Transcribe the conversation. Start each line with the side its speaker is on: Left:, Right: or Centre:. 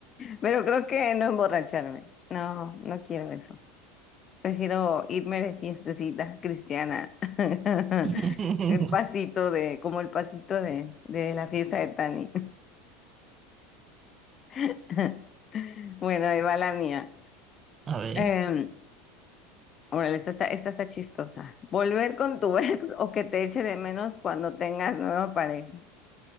Left: Pero creo que no emborracharme, no, no quiero eso. Prefiero irme de fiestecita cristiana, <laughs>
Right: <laughs>
Left: el pasito de, como el pasito de, de la fiesta de Tani. <laughs> Bueno, ahí va la mía.
Right: A ver.
Left: Em, Órale, esta está, esta está chistosa. Volver con tu ex <laughs> o que te eche de menos cuando tengas nueva pareja.